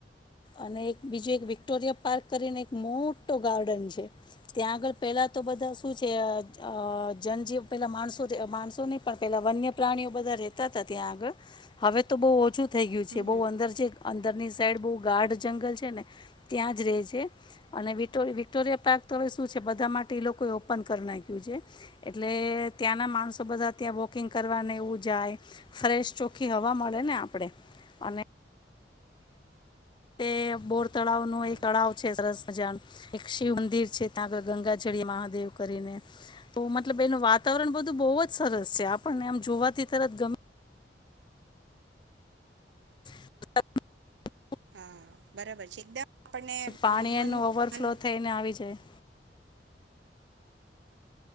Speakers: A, on the left (about 25°); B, on the right (about 80°).
A: અને એક બીજું એક વિક્ટોરિયા પાર્ક કરીને એક મોટો ગાર્ડન છે, ત્યાં આગળ પેલા બધા શું છે જનજીવ પેલા માણસો માણસો નહી પણ પેલા વન્ય પ્રાણીઓ બધા રેતા હતા ત્યાં આગળ, હવે તો બહ ઓછું થઈ ગયું
B: હમ
A: છે બહુ
B: હમ
A: અંદર છે અંદરની સાઈ બ ગાઢ જંગલ છે ને, ત્યાં જ ર રહે છે, અને વર વિક્ટોરિયા પાર્ક તો હવે શું છે બધા માટે લોકોએ ઓપન કરી નાખ્યું છે, એટલે ત્યાંના માણસો બધા ત્યાં વોકિંગ કરવાને એવું જાય, ફ્રેશ ચોખ્ખી હવા મળે ને આપણેે, અને એ બોર તળાવ ન
B: હા
A: એક તળાવ છે સરસ મજા, એક શિવ મંદિર છે ત્યાં આગળ ગંગાજળ મહાદેવ કરીને, તો મતલબ એનું વાતાવરણ બધું બહુ જ સરસ છે આપણને આમ જોવાથી તરત ગમે. <unintelligible>
B: હા બરાબર છે એકદમ. આપણને
A: પાણીનું
B: અ મન
A: ઓવરફ્લો
B: મન
A: થઈને આવી જાય.